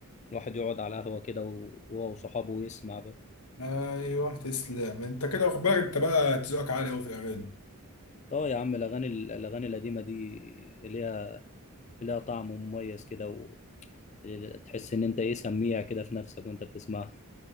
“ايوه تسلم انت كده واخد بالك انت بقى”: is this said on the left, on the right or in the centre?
Left